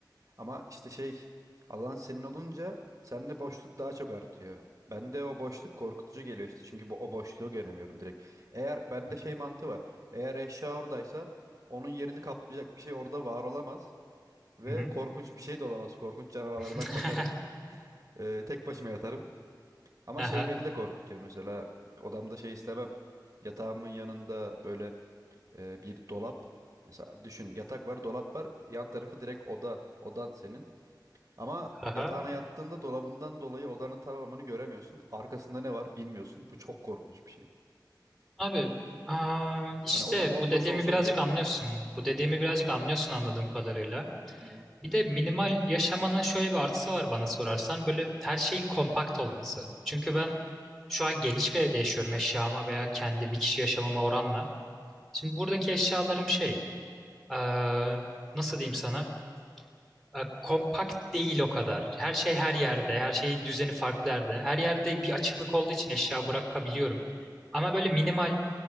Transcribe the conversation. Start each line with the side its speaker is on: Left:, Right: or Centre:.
Right: Ama işte şey alan senin olunca sende boşluk daha çok artıyor. Bende o boşluk korkutucu geliyor işte çünkü bu, o boşluğu göremiyorum direkt. Eğer bende
Centre: Hı
Right: şey
Centre: hı.
Right: mantığı var. Eğer eşya oradaysa onun yerini kaplayacak bir şey orada var olamaz. Ve
Centre: Hı hı.
Right: korkunç bir şey de olamaz. Korkunç canavarlardan
Centre: <laughs>
Right: kaçarım. Ee, tek başıma yatarım. Ama
Centre: Aha.
Right: şey beni de korkutuyor mesela odamda şey istemem. Yatağımın yanında böyle e, bir dolap. Mesela düşün yatak var dolap var yan tarafı direkt oda. Odan senin. Ama
Centre: Aha.
Right: yatağına yattığında dolabından dolayı odanın tamamını göremiyorsun. Arkasında ne var bilmiyorsun. Bu çok korkunç bir şey.
Centre: Abi aa, işte
Right: Yani oda bomboş
Centre: bu dediğimi
Right: olsa
Centre: birazcık
Right: bile.
Centre: anlıyorsun. Bu dediğimi
Right: Hı hı,
Centre: birazcık anlıyorsun anladığım kadarıyla.
Right: hı hı,
Centre: Bir de minimal yaşamanın şöyle bir artısı var bana sorarsan. Böyle her şeyin kompakt olması. Çünkü ben şu an geniş bir evde yaşıyorum eşyama veya kendi bir kişi yaşamama oranla. Şimdi buradaki eşyalarım şey aa, nasıl diyeyim sana? Aa, Kompakt değil o kadar. Her şey her yerde. Her şeyin düzeni farklı yerde. Her yerde bir açıklık olduğu için eşya bırakabiliyorum. Ama böyle minimal